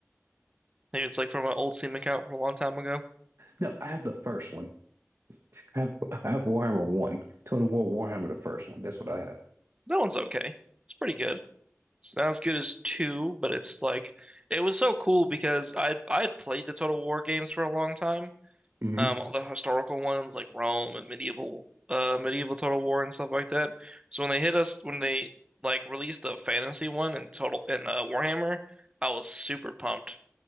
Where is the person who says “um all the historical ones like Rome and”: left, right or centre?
Right